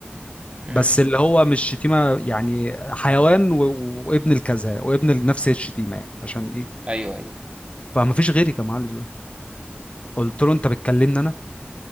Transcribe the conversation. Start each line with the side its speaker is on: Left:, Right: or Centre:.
Right: امم
Left: بس اللي هو مش شتيمه يعني حيوان و... و- وابن الكذا وابن نفس الشتيمه يعني عشان ايه
Right: ايوه ايوه
Left: فما فيش غيري كان معلي صوته قلت له انت بتكلمني انا